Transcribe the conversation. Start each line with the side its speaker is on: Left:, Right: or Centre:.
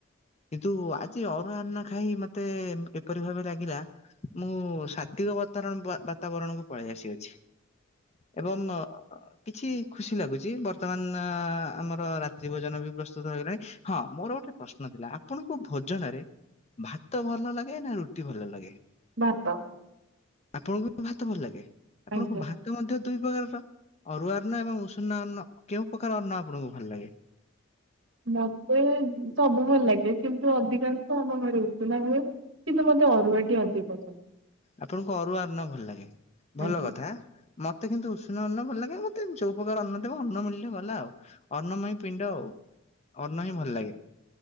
Left: କିନ୍ତୁ ଆଜି ଅରୁଆ ଅର୍ନ ଖାଇ ମତେ ଏପରି ଭାବେ ଲାଗିଲା ମୁଁ ସାତ୍ଵିକ ବାତରଣ ବାତାବରଣକୁ ପଳେଇ ଆସିଅଛି। ଏବଂ ଅ କିଛି ଖୁସି ଲାଗୁଛି ବର୍ତ୍ତମାନ ଆମର ରାତ୍ରି ଭୋଜନ ବି ପ୍ରସ୍ତୁତ ହେଇଗଲାଣି। ହଁ ମୋର ଗୋଟେ ପ୍ରଶ୍ନ ଥିଲା ଆପଣଙ୍କୁ ଭୋଜନ ରେ ଭାତ ଭଲ ଲାଗେ ନା ରୁଟି ଭଲ ଲାଗେ?
Right: ଭାତ।
Left: ଆପଣଙ୍କୁ ବି ଭାତ ଭଲ ଲାଗେ। ଆପଣଙ୍କୁ
Right: ଆଜ୍ଞା।
Left: ଭାତ ତ ମଧ୍ୟ ଦୁଇ ପ୍ରକାରର ଅରୁଆ ଅନ୍ନ ଏବଂ ଉଷୁନା ଅନ୍ନ କେଉଁ ପ୍ରକାର ର ଅନ୍ନ ଆପଣଙ୍କୁ ଭଲ ଲାଗେ?
Right: ମତେ ସବୁ ଭଲ ଲାଗେ। କିନ୍ତୁ ଅଧିକାଂଶ ଆମ ଘରେ ଉଷୁନା ହୁଏ। କିନ୍ତୁ ମୋତେ ଅରୁଆ ଟି ଅଧିକ ପସନ୍ଦ।
Left: ଆପଣଙ୍କୁ ଅରୁଆ ଅନ୍ନ ଭଲ ଲାଗେ ଭଲ
Right: ଆଜ୍ଞା।
Left: କଥା। ମତେ କିନ୍ତୁ ଉଷୁନା ଅନ୍ନ ଭଲ ଲାଗେ। ମତେ ଯୋଉ ପ୍ରକାର ଅନ୍ନ ଦେବ ଅନ୍ନ ମିଳିଲେ ଗଲା ଆଉ। ଅନ୍ନମଈ ପିଣ୍ଡ ଆଉ। ଅନ୍ନ ହିଁ ଭଲ ଲାଗେ।